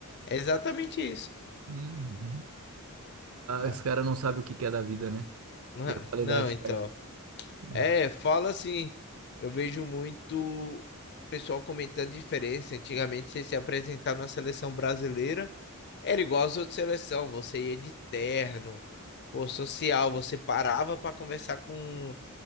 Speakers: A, on the left (about 50°); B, on the right (about 65°).
A: é exatamente isso,
B: Uhum.
A: tá?
B: Os caras não sabem o que que é da vida, né?
A: Não,
B: E
A: é,
B: a qualidade
A: não, então,
B: cai. Hum,
A: é, fala assim, eu vejo muito pessoal comentando diferença. Antigamente, você se apresentar na seleção brasileira era igual às outras seleções, você ia de terno, pô, social, você parava para conversar com